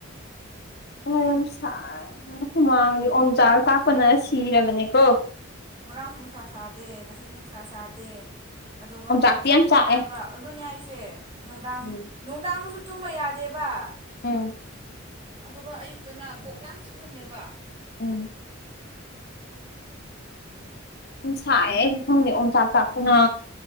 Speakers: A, on the left; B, on the right.
A: ꯑ ꯌꯥꯝ ꯁꯥꯏꯅ ꯍꯨꯃꯥꯡ ꯑꯣꯝꯖꯥ ꯀꯥꯛꯄꯅ ꯁꯤꯔꯕꯅꯦꯀꯣ
B: ꯉꯥꯡꯁꯨ ꯅꯨꯡꯁꯥ ꯁꯥꯗꯦ ꯉꯁꯤꯁꯨ ꯅꯨꯡꯁꯥ ꯁꯥꯗꯦ ꯑꯗꯨꯒ
A: ꯑꯣꯝꯆꯥꯛꯇꯤ
B: ꯎ ꯆꯥꯛꯅꯔꯒ
A: ꯌꯥꯝ ꯆꯥꯛꯑꯦ
B: ꯑꯗꯨꯅꯦ ꯑꯩꯁꯦ ꯅꯨꯡꯗꯥꯡ
A: ꯎꯝ
B: ꯅꯨꯡꯗꯥꯡꯗꯁꯨ ꯇꯨꯝꯕ ꯌꯥꯗꯦꯕ
A: ꯎꯝ
B: ꯑꯗꯨꯒ ꯑꯌꯨꯛꯇꯅ ꯀꯣꯛ ꯌꯥꯝ ꯆꯤꯛꯍꯜꯂꯦꯕ
A: ꯎꯝ ꯎꯨꯝꯁꯥꯏ ꯑꯩꯗꯤ ꯐꯪꯗꯦ ꯑꯣꯣꯡꯆꯥꯛ ꯆꯥꯛꯇꯅ